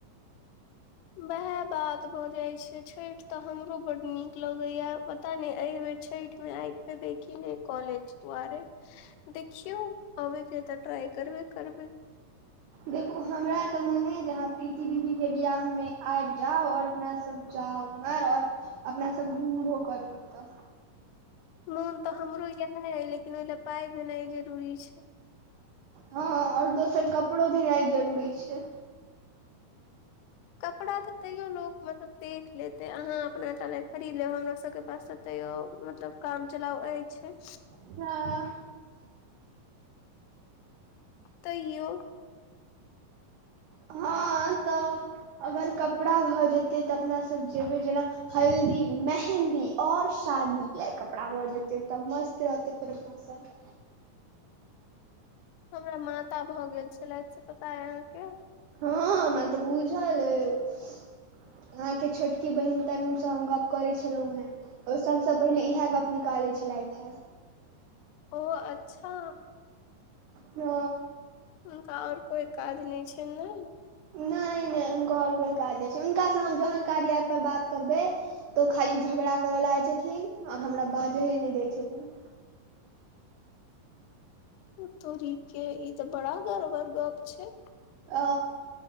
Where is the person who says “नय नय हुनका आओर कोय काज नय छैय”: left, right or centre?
Right